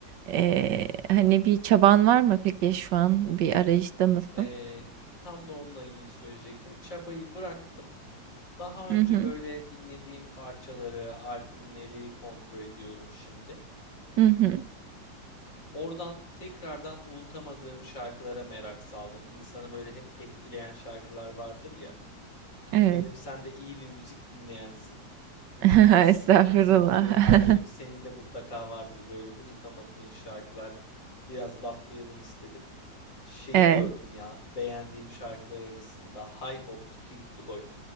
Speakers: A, on the right; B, on the left.
A: Eee, hani bir çaban var mı peki şu an bir arayışta mısın?
B: Ee, tam da onunla ilgili söyleyecektim. Çabayı bıraktım. Daha
A: Hı
B: önce
A: hı.
B: böyle dinlediğim parçaları, albümleri kontrol ediyorum şimdi.
A: Hı hı.
B: Oradan tekrardan unutamadığım şarkılara merak saldım. İnsanı böyle hep etkileyen şarkılar vardır ya.
A: Evet.
B: Dedim sen de iyi bir müzik dinleyensin, dinleyicisin.
A: <laughs> Estağfurullah.
B: Seni de bir arayayım.
A: <laughs>
B: Senin de mutlaka vardır böyle unutamadığın şarkılar. Biraz laflayalım istedim. Şeyi
A: Evet.
B: gördüm ya beğendiğim şarkılar arasında High Hopes, Pink Floyd.